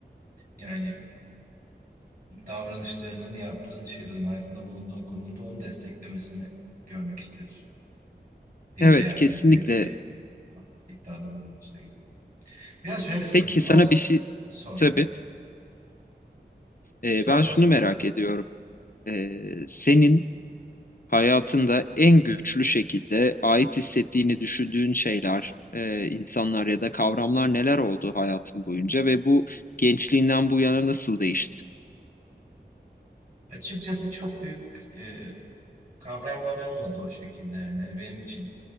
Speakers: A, on the right; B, on the left.
A: Yani davranışlarının, yaptığın şeylerin, hayatında bulunduğun konumunda onu desteklemesini görmek istiyorsun. Biri
B: Evet,
A: eğer
B: kesinlikle.
A: böyle büyük bir iddiada bulunuyorsa gibi. Biraz şöyle bir sıkıntı
B: Peki sana
A: var. S-
B: bir şey
A: Sor,
B: tabii
A: evet.
B: e,
A: Sor
B: ben
A: sen
B: şunu
A: sonra.
B: merak ediyorum. E, senin hayatında en güçlü şekilde ait hissettiğini düşündüğün şeyler, e, insanlar ya da kavramlar neler oldu hayatın boyunca ve bu gençliğinden bu yana nasıl değişti?
A: Açıkçası çok büyük e, kavramlar olmadı o şekilde yani. Hani benim için